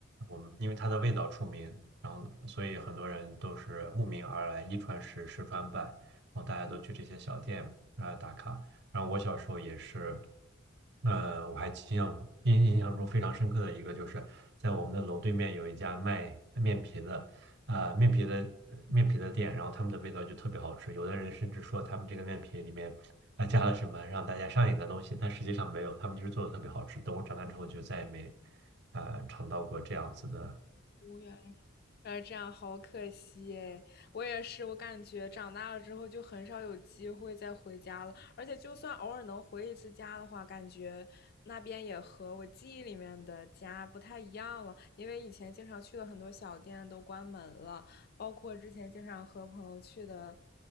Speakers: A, on the right (about 55°); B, on the left (about 50°).
A: 我们因为它的味道出名，然后所以很多人都是慕名而来，一传十，十传百，然后大家都去这些小店啊、呃打卡。然后我小时候也是，呃，我还印象印印象中非常深刻的一个，就是在我们的楼对面有一家卖面皮的，呃，面皮的呃面皮的店，然后他们的味道就特别好吃。有的人甚至说他们这个面皮里面啊、加了什么让大家上瘾的东西，但实际上没有，他们就是做的特别好吃。等我长大之后就再也没啊、尝到过这样子的
B: 哦，原哎，这样好可惜诶，我也是，我感觉长大了之后就很少有机会再回家了，而且就算偶尔能回一次家的话，感觉那边也和我记忆里面的家不太一样了，因为以前经常去的很多小店都关门了，包括之前经常和朋友去的